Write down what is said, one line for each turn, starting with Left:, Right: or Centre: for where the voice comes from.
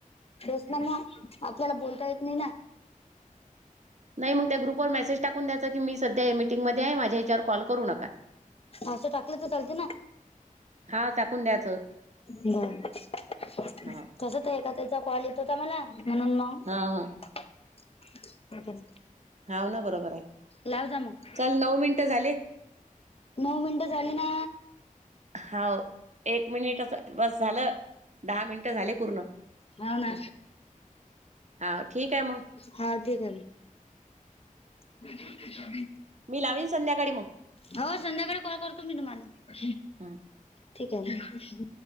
Left: तेचना मंग आपल्याला बोलता येत नई ना
Right: नाई मंग त्या ग्रुपवर मेसेज टाकून द्यायंचा की मी सध्या या मिटिंगमध्ये आहे माझ्या याच्यावर कॉल करू नका.
Left: असं टाकलं तर चालते ना
Right: हां, टाकून द्यायचं.
Left: हम <inaudible>
Right: हां.
Left: ताई चा काॅल येतो तु त मला <inaudible>
Right: हा हा.
Left: <inaudible>
Right: हाव ना बरोबर आहे.
Left: लावजा मग
Right: चल मिनिटं झाले.
Left: नऊ मिनटं झाले ना
Right: हाव. मिनिट असं बस झालं. मिनिटं झाले पूर्ण.
Left: भावना.
Right: हाव ठीक आहे मग.
Left: हा ठीक आहे मग
Right: मी लावीन संध्याकाळी मग-
Left: हो संध्याकाळी कॉल करतो मी तुम्हाला
Right: हं.
Left: ठीक आहे म-